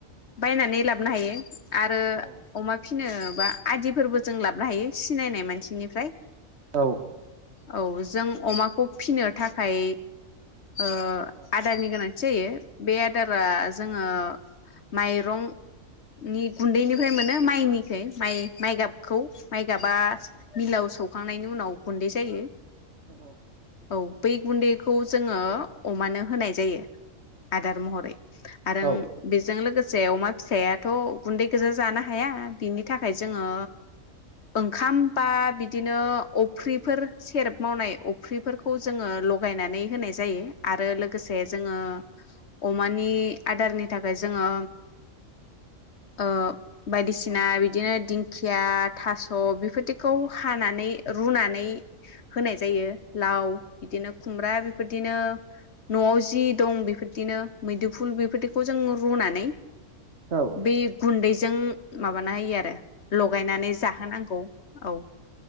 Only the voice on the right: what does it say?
औ
औ
औ
औ
औ
औ
औ
औ